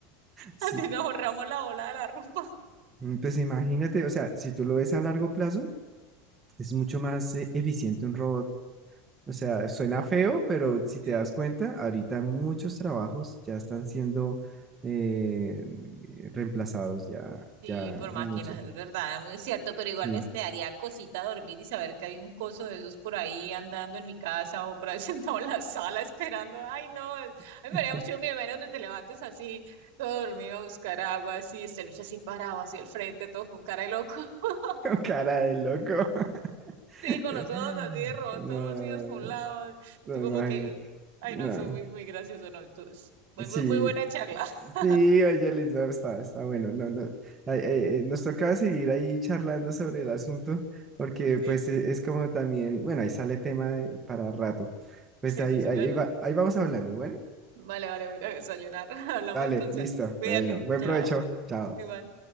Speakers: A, on the right; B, on the right.
A: Sí,
B: Así nos ahorramos la bola de la ropa.
A: Entonces imagínate, o sea, si tú lo ves a largo plazo, es mucho más eh, eficiente un robot. O sea, suena feo, pero si
B: Sí.
A: te das cuenta, ahorita muchos trabajos ya están siendo eh, reemplazados, ya,
B: Sí,
A: ya
B: por máquinas,
A: muchos.
B: es verdad, muy cierto, pero igual
A: Sí.
B: me, me daría cosita dormir y saber que hay un coso de esos por ahí andando en mi casa o por ahí <laughs> sentado en la sala esperando. Ay, no, es-
A: <laughs>
B: a mí me haría mucho miedo, menos donde te levantes así, todo dormido a buscar agua, así, este lucha así parado, así al frente, todo con cara de loco. <laughs>
A: Cara de loco. <laughs>
B: Sí, con los ojos así de rotos,
A: No,
B: así dos por un lado. Y
A: no,
B: tú como
A: imagínate.
B: que, ay,
A: No.
B: no, eso es muy, muy gracioso, no, tú, es muy,
A: Sí.
B: muy, muy buena charla. <laughs>
A: Sí, oye, Elisa, está, está bueno. No, no, ay, ay, eh, nos tocaba seguir ahí charlando sobre el asunto, porque
B: Sí,
A: pues e- es como también, bueno, ahí sale tema de- para rato. Pues
B: sí,
A: ahí,
B: eso sí
A: ahí,
B: es verdad.
A: va- ahí vamos hablando. Bueno,
B: Vale, vale, voy a ir a desayunar. <laughs> Hablamos
A: dale,
B: entonces.
A: listo.
B: antes. Cuídate,
A: Bueno, buen
B: chao.
A: provecho. Chao.
B: Igual.